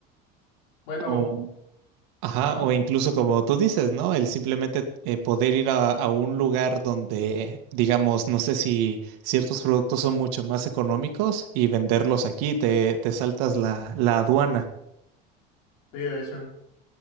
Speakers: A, on the left (about 85°); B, on the right (about 80°).
A: bueno,
B: o, ajá,
A: ajá,
B: o incluso como tú dices, ¿no? El simplemente eh, poder ir a, a un lugar donde, digamos, no sé si ciertos productos son mucho más económicos y venderlos aquí, te, te saltas la, la aduana.
A: sí, de hecho.